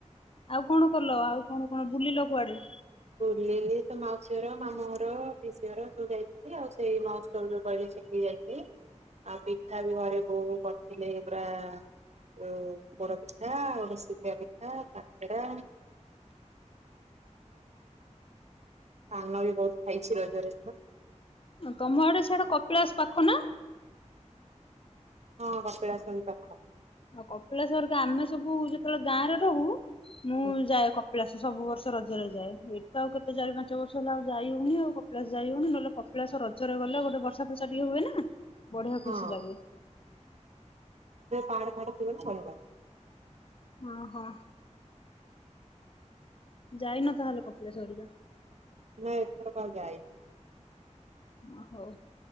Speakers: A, on the left; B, on the right.
A: ଆଉ କଣ କଲ ଆଉ କଣ କଣ ବୁଲିଲ କୁଆଡେ?
B: ବୁଲିଲି ସେ ମାଉସୀ ଘର, ମାମୁ ଘର, ପିସି ଘର, ସବୁ ଯାଇଥିଲି ଆଉ ସେଇ <unintelligible> ଯୋଉ କହିଲି ସେଠିକି ଯାଇ
A: <inaudible>
B: ଆଉ ପିଠା ବି ଘରେ ବୋଉ କରିଥିଲେ ପୁରା ଓ ଅ ପୋଡ ପିଠା, ଆଉ ଗୋଟେ ଶିଝା ପିଠା କାକେରା <unintelligible> ପାନ ବି ବହୁତ ଖାଇଛି ରଜରେ ଏଥର।
A: ତମ ଆଡେ ସେଆଡେ କପିଳାସ ପାଖ ନା?
B: ହଁ କପିଳାସ ବି ପାଖ।
A: ଆଉ କପିଳେଶ୍ୱର ଆମେ ସବୁ ଯେତେବେଳେ ଗାଁରେ ରହୁ ମୁଁ
B: ହୁଁ
A: ଯାଏ କ ପିଳାସ ସବୁ ବର୍ଷ ରଜରେ ଯାଏ ଏଇଠି ତ ଆଉ କେତ ଚାରି ପାଞ୍ଚ ବର୍ଷ ହେଲା ଆଉ ଯାଇ ହଉନି ଆଉ କପିଳାସ ଯାଇ ହଉନି ନହଲେ କ କପିଳାସ ରଜରେ ଗଲେ ଗୋଟେ ବର୍ଷା ଫର୍ସା ଟିକେ ହୁଏ ନା ବଢିଆ
B: ହଁ।
A: ଖୁସି ଲାଗେ।
B: ପାହାଡ ଫାଡ ଥିବ ନା ବଢିଆ ଲାଗେ। <unintelligible>
A: ହଁ ହଁ ଯାଇନ ତାହେଲେ କପିଳାସ ହେରିକା।
B: ନା ଏଥର କ ଆଉ ଯାଇନି।
A: ଓ ହଉ